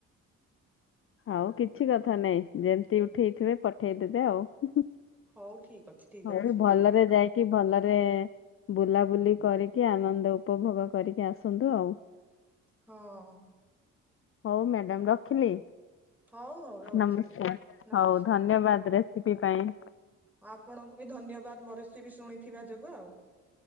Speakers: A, on the left; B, in the centre.
A: ଆଉ କିଛି କଥା ନାଇଁ ଯେମତି ଉଠେଇଥିବେ ପଠେଇଦବେ ଆଉ
B: ହଉ ଠିକ ଅଛି। ଠିକ୍
A: ହଁ
B: ଅଛି
A: ଭଲରେ ଯାଇ କି ଭଲରେ ବୁଲାବୁଲି କରିକି ଆନନ୍ଦ ଉପଭୋଗ କରିକି ଆସନ୍ତୁ ଆଉ।
B: ହଁ ଉ।
A: ହଉ ମ୍ୟାଡାମ ରଖିଲି
B: ହଉ ହଉ ରହୁଛି
A: ନମସ୍କାର
B: ରହୁଛି ନମସ୍କାର।
A: ହଉ ଧନ୍ୟବାଦରେ। କିପ ପାଇଁ।
B: ଆପଣଙ୍କୁ ବି ଧନ୍ୟବାଦ ମୋ ରେସିବି ଶୁଣିଥିବା ଯୋଗୁଁ ଆଉ।